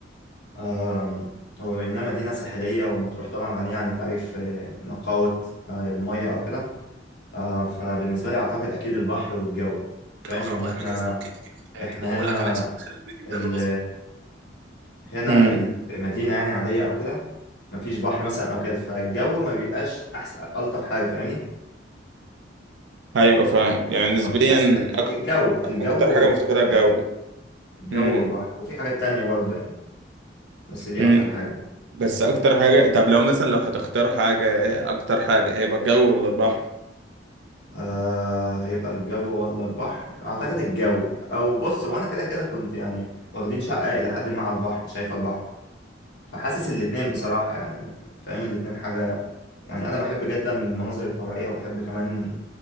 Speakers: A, on the left; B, on the right.
A: آم، وبما إنها مدينة ساحلية ومطروح طبعا غنية عن التعريف آه، نقاوة آه، المية أو كده آه، فبالنسبة لي أعتقد أكيد البحر والجو فاهم
B: اقرب
A: يعني
B: واهم
A: إحنا
B: جهاز ممكن تجيبه في حياتك
A: إحنا
B: وهقول
A: هنا
B: لك على اسمه اخر الفيديو
A: ال
B: ده ببساطه
A: هنا
B: امم
A: ال- في مدينة يعني عادية أو كده مفيش بحر مثلا أو كده فالجو ما بيبقاش أحسن ألطف حاجة فاهمني
B: ايوه فاهم يعني
A: لو
B: نسبيا
A: مدينة ساحلية
B: أكتر
A: الجو الجو
B: اكتر حاجه
A: والبحر
B: مفتقدها الجو
A: أو كده الجو
B: امم
A: والبحر وفي حاجات تانية برضو يعني بس دي
B: امم
A: أكتر حاجة
B: بس اكتر حاجه طب لو مثلا لو هتختار حاجه إيه اكتر حاجه هيبقى الجو ولا البحر
A: آه هيبقى الجو ولا البحر اعتقد الجو او بص وانا كده كده كنت يعني واخدين شقة الى حد ما على البحر شايف البحر فحاسس الاتنين بصراحة يعني فاهم الاتنين حاجة يعني انا بحب جدا المناظر الطبيعية وبحب كمان